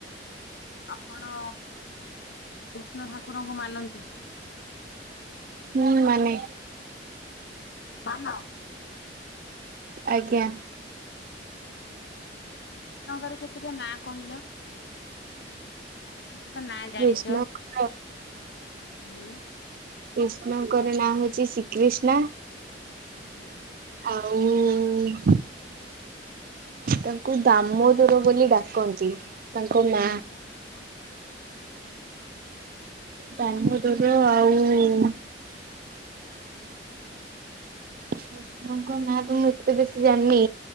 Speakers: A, on the left; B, on the right.
A: ଆପଣ କୃଷ୍ଣ ଠାକୁରଙ୍କୁ ମାନନ୍ତି।
B: ହୁଁ ମାନେ।
A: ମାନ
B: ଆଜ୍ଞା।
A: କୃଷ୍ଣଙ୍କର କେତୁଟା ଟା ନାଁ କହିଲ? କେତେଟା ନାଁ ଜାଣିଛ
B: କୃଷ୍ଣଙ୍କର
A: ହୁଁ।
B: କ୍ରୁଷ୍ଣଙ୍କର ନାଁ ହଉଛି ଶ୍ରୀକିଷ୍ଣା।
A: ଆଉ।
B: ଆଉ। ତାଙ୍କୁ ଦାମୋଦର ବୋଲି ଡାକନ୍ତି। ତାଙ୍କ ନା
A: ଆଉ କଣ କଣ ଠିକ ଅଛି।
B: ଦାମୋଦର ଆଉ। କୃଷ୍ଣଙ୍କ ନାଁ ତ ମୁଁ ଏତେ ବେଶୀ ଜାଣିନି